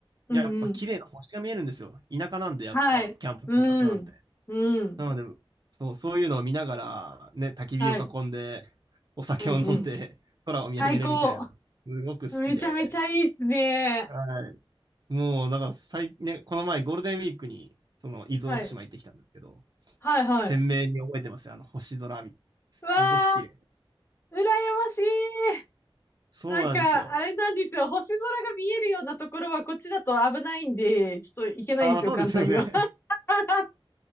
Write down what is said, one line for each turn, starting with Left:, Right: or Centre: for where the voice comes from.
Left: うんうん。
Right: やっぱ綺麗な星が見えるんですよ。田舎なんで、やっぱ、
Left: はい。
Right: キャンプする場所なんて。
Left: うん。うん。
Right: なので、そう、そういうのを見ながら、ね、焚き火を囲んで、
Left: はい。
Right: お酒を飲んで、
Left: うんうん。
Right: 空を見上げるみたいな、
Left: 最高。
Right: すごく好きで。
Left: めちゃめちゃいいっすね。
Right: はい。もう、だから最、ね、この前ゴールデンウィークに、その、伊豆大島行ってきたんですけど、
Left: はい。はいはい。
Right: 鮮明に覚えてますよ。あの、星空見、
Left: うわあ、
Right: すごく綺麗。
Left: 羨ましい。
Right: そうなんですよ。
Left: なんか、あれなんですよ。星空が見えるようなところはこっちだと危ないんで、ちょっと行けないんですよ、
Right: あ、まあそうですよね。
Left: 簡単には。<laughs>